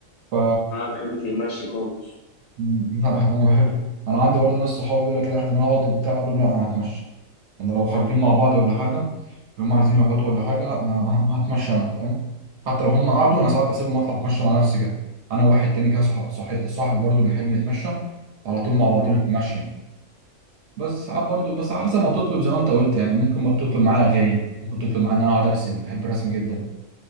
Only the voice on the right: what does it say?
ف
م- لا انا بحب انا عندي برضه ناس صحابي يقول لك لا احنا نقعد وبتاع اقول لهم لا انا هتمشى انا لو خارجين مع بعض ولا حاجه لو هم عايزين يقعدوا ولا حاجه لا انا أنا هتمشى انا فاهم حتى لو هم قعدوا انا ساعات بسيبهم اطلع اتمشى مع نفسي كده انا وواحد تاني كده صح... صح... صاحبي برضه بنحب نتمشى على طول مع بعضينا
في المشي يعني. بس ساعات برضو بس على حسب ما تطلب زي ما انت قلت يعني ممكن ما تطلب معايا اغاني ممكن تطلب معايا ان انا اقعد ارسم بحب الرسم جدا